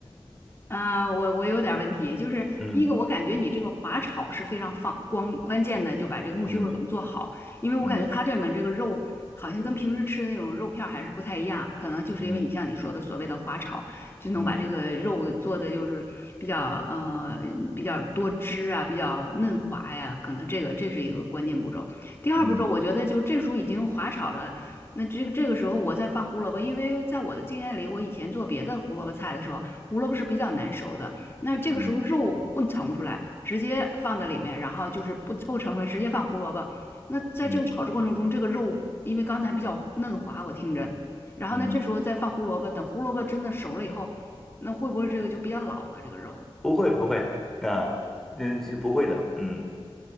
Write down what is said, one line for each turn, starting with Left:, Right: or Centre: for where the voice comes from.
Left: 啊，我我有点问题，就是第一个，
Centre: 嗯
Left: 我感觉你这个滑炒是非常放光关键的，就把这个木须肉怎么做好，
Centre: 嗯
Left: 因为我感觉它这里面这个肉好像跟平时吃的那种肉片儿还是不太一样，
Centre: 嗯
Left: 可能就是因为你像你说的所谓的滑炒，
Centre: 嗯
Left: 就能把这个肉给做的就是比较呃比较多汁啊，
Centre: 嗯
Left: 比较嫩滑呀，可能这个这是一个关键步骤。第二步骤，
Centre: 嗯嗯
Left: 我觉得就这时候已经滑炒了。那这个这个时候我再放胡萝卜，因为在我的经验里，我以前做别的胡萝卜菜的时候，胡萝卜是比较难熟的，那这个时候肉不盛出来，
Centre: 嗯
Left: 直接放在里面，然后就是不不盛出来，直接放胡萝卜。那在这个炒制过程中，
Centre: 嗯，
Left: 这个肉因为刚才比较嫩滑，我听着，然后呢，
Centre: 嗯
Left: 这时候再放胡萝卜，等胡萝卜真的熟了以后，那会不会这个就比较老了这个肉？
Centre: 不会不会，啊，嗯，这不会的，嗯。